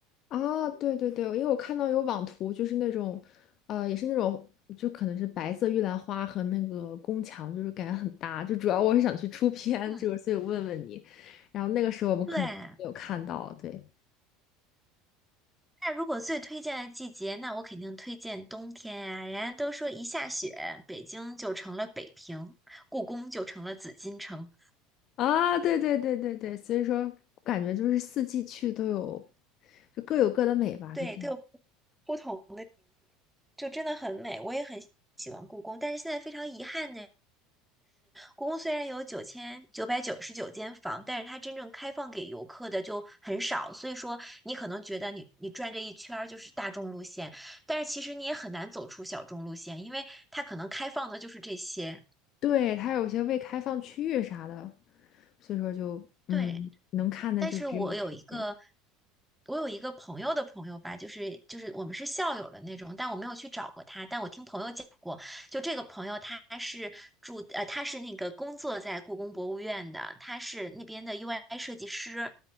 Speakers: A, on the left; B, in the centre.
A: 啊，对对对，因为我看到有网图，就是那种呃，也是那种就可能是白色玉兰花和那个宫墙，就是感觉很搭。就主要我是想去出片，
B: 嗯，
A: 就是所以问问你，然后那个时候我们可能没有看到，
B: 对。
A: 对。
B: 那如果最推荐的季节，那我肯定推荐冬天呀、人家都说一下雪，北京就成了北平，故宫就成了紫禁城，
A: 啊，对对对对对，所以说感觉就是四季去都有，就各有各的美吧，
B: 对，
A: 就这样。
B: 都有不同，就真的很美。我也很喜欢故宫，但是现在非常遗憾呢，故宫虽然有九千九百九十九间房，但是它真正开放给游客的就很少，所以说你可能觉得你你转这一圈儿就是大众路线，但是其实你也很难走出小众路线，因为它可能开放的就是这些。
A: 对，它有些未开放区域啥的，所以说就嗯，
B: 对。
A: 能看的就只有这些。
B: 但是我有一个，我有一个朋友的朋友吧，就是就是我们是校友的那种，但我没有去找过他，但我听朋友讲过，就这个朋友他是住呃他是那个工作在故宫博物院的，他是那边的 UI 设计师，